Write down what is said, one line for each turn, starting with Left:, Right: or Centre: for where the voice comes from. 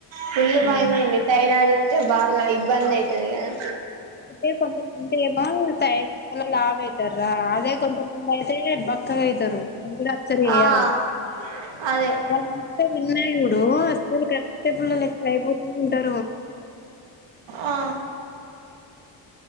Right: ఫుళ్ళు
Left: హ్మ్
Right: భయమయింది థైరాయిడంట్ టె బాగా ఇబ్బంది అయితదిగదా
Left: అంటే కొంత మంది ఏమో థైరాయిడ్ వల్ల లావు అయితరు అదే కొంతమంది అయితే బక్కగా అయితరు అది కూడా అబ్జర్వ్ చేయాలి
Right: ఆ అదే
Left: వాళ్ళెంత తిన్నా చూడు అసలు కట్టే పుల్ల లెక్క అయిపోతుంటరూ
Right: ఆ